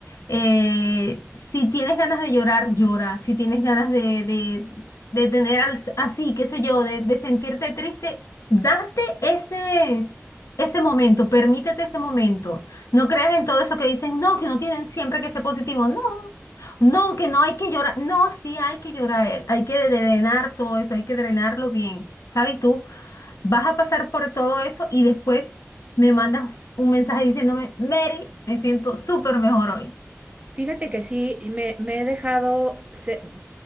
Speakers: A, on the left; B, on the right.
A: eh, si tienes ganas de llorar, llora. Si tienes ganas de, de, de tener al- así, qué sé yo, de, de sentirte triste, date ese, ese momento, permítete ese momento. No creas en todo eso que dicen, no, que uno tiene siempre que ser positivo. No. No, que no hay que llorar. No, sí hay que llorar. eh, Hay que drenar todo eso, hay que drenarlo bien. ¿Sabes? Y Tú vas a pasar por todo eso y después me mandas un mensaje diciéndome, Mary, me siento súper mejor hoy.
B: Fíjate que sí, me, me he dejado se-